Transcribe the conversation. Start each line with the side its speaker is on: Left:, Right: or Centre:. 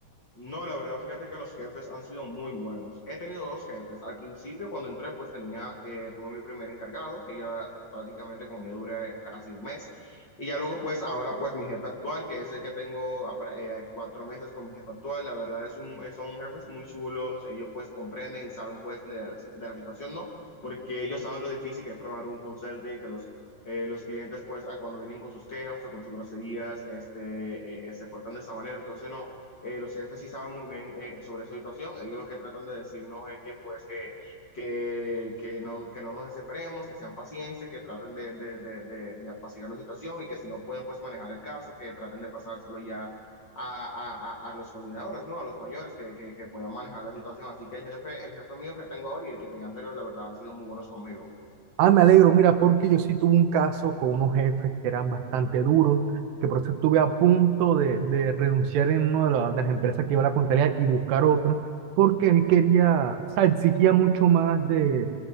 Left: No, la verdad, fíjate que los jefes han sido muy buenos. He tenido dos jefes. Al principio, cuando entré, pues tenía, eh, tuve mi primer encargado, que ya prácticamente con ella duré casi un mes. Y ya luego, pues ahora, pues mi jefe actual, que es el que tengo apra- eh, cuatro meses con mi jefe actual, la verdad es un, eh, son jefes muy chulos. Ellos pues comprenden y saben pues de la, de la situación, ¿no? Porque ellos saben lo difícil que es trabajar un consulting, que los... eh, los clientes, pues, a cuando vienen con sus quejas o con sus groserías, este, eh, se portan de esa manera. Entonces, no, eh, los jefes sí saben muy bien eh, sobre esa situación, ellos lo que tratan de decirnos es que pues que, que, que no, que no nos desesperemos, que sean pacientes, que traten de, de, de, de, de apaciguar la situación y que si no pueden pues manejar el caso, que traten de pasárselo ya a, a, a, los coordinadores, ¿no? A los mayores que, que, que, puedan manejar la situación. Así que el jefe, el jefe mío que tengo ahora y el que tenía anterior, la verdad, han sido muy buenos conmigo.
Right: Ah, me alegro, mira, porque yo sí tuve un caso con unos jefes que eran bastante duros, que por eso estuve a punto de, de renunciar en una de, la- de las empresas que iba a la contabilidad y buscar otra, porque él quería, o sea, exigía mucho más de,